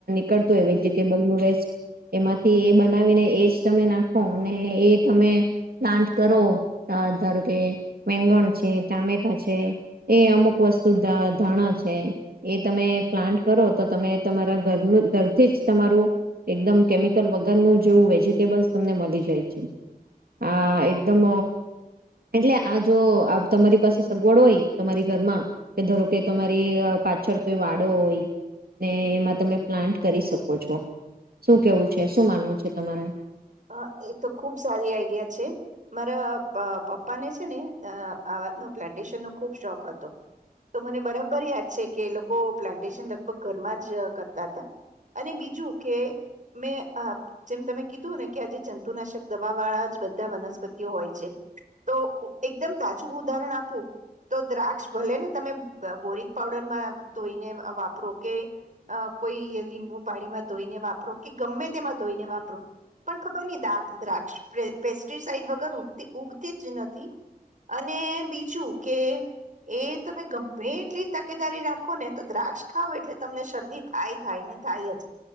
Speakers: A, on the right; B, on the right.
A: કરતો હોય વેજીિટેબલ નું વેસ્ટ એમાંથી એ બનાવીને એજ તમે નાખો ને એ તમે પ્લાન્ટ કરો ધારો કે મેંગણ છે ટામેટા છે એ અમુક વસ્તુ ધાણા છે એ તમે પ્લાન્ટ કરો તો તમે તમારા ઘરનું ઘરથી જ તમારું એકદમ કેમિકલ વગરનું જેવું વેજ વિટેબસ તમને મળી જાય છે. હા એક એકદમ એટલે આ જો તમારી પાસે સગવડ હોય તમારી ઘરમાં કે ધારો કે તમારી પાછળ કોઈ વાડો હોય ને એમાં તમે પ્લાન્ટ કરી શકો છો શું કેવું છે શું માનવું છે તમારે
B: હ એ તો ખુબ સારી આઈડિયા છે મારા પપ્પાને છે ને આવાનો પ્લાન્ટેશનનો ખુબ શોખ હતો તો મને બરાબર યાદ છે કે એ લોકો પ્લાન્ટેશન લગભગ ઘરમાં જ કરતા હતા અને બીજું કે મેં જેમ તમે કીધું ને કે આજે જંતુનાશક દવા વાળા જ બધા વનસ્પતિઓ હોય છે તો એકદમ તાજું ઉદાહરણ આપવું તો દ્રાક્ષ ભલે ને તમે બોરક પાવડરમાં ધોઈને વાપરો કે કોઈ લીંબુ પાણીમાં ધોઈને વાપરો કે ગમે તેમાં ધોઈને વાપરો પણ ખબર નહી દા દ્રાક્ષ પેસ્ટિસાઈડ વગર ઉગતી ઉગતી જ નથી અને બીજું કે એ તમે ગમે એટલી તકેદારી રાખો ને તો દ્રાક્ષ ખાાવ એટલે તમને શરદી થાય થાય ને થાય જ